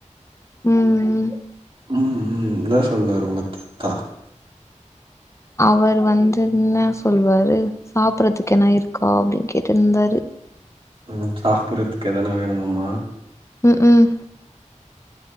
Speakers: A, on the left (about 25°); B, on the right (about 45°).
A: ம்
B: ம் ம் இன்ன சொன்னாரு உங்க தாத்தா
A: அவரு வந்து என்ன சொல்லுவாரு சாப்புறதுக்கென்ன இருக்கா அப்டின்னு கேட்டுன் இருந்தாரு
B: ம் சாப்புடுறதுக்கு எதனா வேணுமாம்மா
A: உக்ம்